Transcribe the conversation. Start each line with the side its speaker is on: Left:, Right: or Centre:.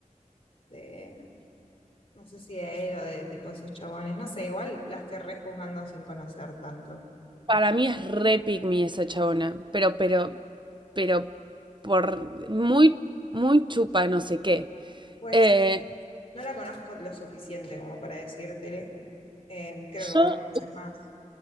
Left: de, no sé si de él o de tipo esos chabones, no sé, igual la estoy rejuzgando sin conocer tanto.
Right: Para mí es re pick me esa chabona, pero, pero, pero, por muy, muy chupa, no sé qué.
Left: Pues
Right: Eh,
Left: no la conozco lo suficiente como para decírtele, eh, creo que vos
Right: yo,
Left: la conoces más.